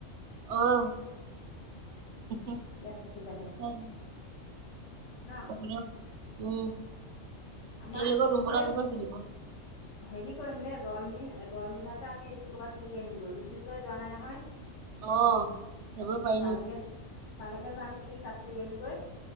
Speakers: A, on the right; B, on the left.
A: অ' <unintelligible>
B: ইয়াত থাকি যাব ন
A: <unintelligible> উম
B: আমাৰ
A: এইৰ লগত
B: এই
A: <unintelligible>
B: হেৰি কৰিম দে গৰম দিন গৰম দিনতে আমি এদিন ক'বাত ফুৰি আহিম গৈ মৃত্যুঞ্জয় যোৱা নাই নহয়।
A: অহ যাব পাৰি।
B: তালৈকে তালৈকে যাম এদিন তাত ফুৰি আহিমগৈ।